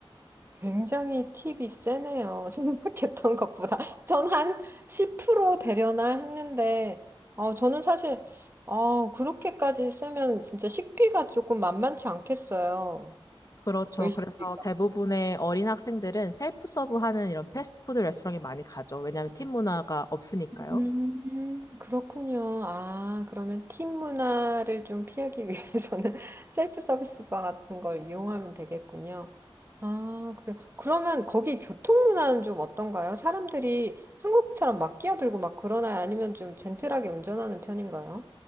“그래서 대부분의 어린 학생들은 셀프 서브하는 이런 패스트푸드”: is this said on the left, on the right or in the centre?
Left